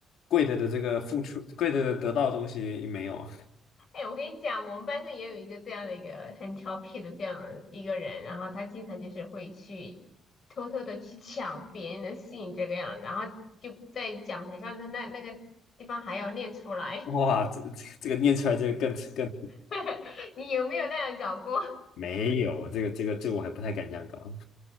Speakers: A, on the left (about 75°); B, on the left (about 50°).
A: 贵的的这个付出，贵的的得到的东西没有。
B: 哎，我跟你讲，我们班上也有一个这样的一个很调皮的这样的一个人，然后他经常就是会去偷偷的去抢别人的信这个样子，然后就在讲台上的那那个地方还要念出来。
A: 哇，这这这个念出来这个更更
B: <laughs> 你有没有那样搞过？
A: 没有，这个这个这个我还不太敢这样搞。